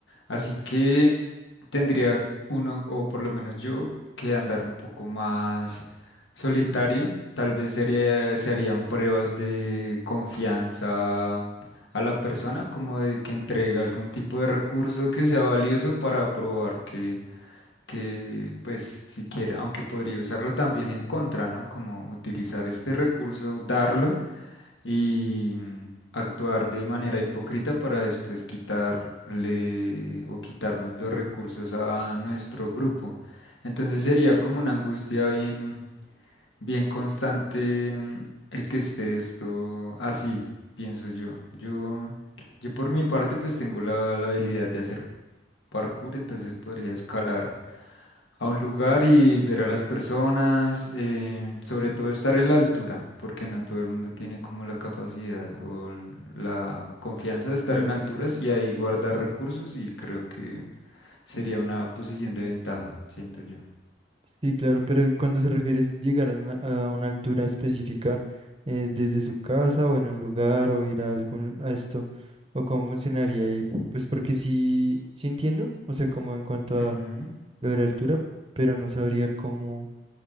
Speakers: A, on the left; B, on the right.
A: Así que tendría uno, o por lo menos yo, que andar un poco más solitario. Tal vez sería, se harían pruebas de confianza a la persona, como de que entregue algún tipo de recurso que sea valioso para probar que que pues siquiera, aunque podría usarlo también en contra, ¿no? Como utilizar este recurso, darlo y mm, actuar de manera hipócrita para después quitarle o quitarnos los recursos a nuestro grupo. Entonces sería
B: sí.
A: como una angustia bien, bien constante mm, el que esté esto así, pienso yo. Yo, yo por mi parte pues tengo la, la habilidad de hacer parkour, entonces podría escalar a un lugar y ver a las personas, eh, sobre todo estar en la altura, porque no todo el mundo tiene como la capacidad o l- la confianza de estar
B: Sí.
A: en alturas y ahí guardar recursos y creo que sería una posición de ventaja, siento yo.
B: Sí, claro, pero cuando se refiere a llegar a una, a una altura específica, ¿es desde su casa o en un lugar o ir a algún a esto? ¿O cómo funcionaría? Y pues porque sí, sí entiendo, o sea, como en cuanto a
A: Ujú.
B: lo de la altura, pero no sabría cómo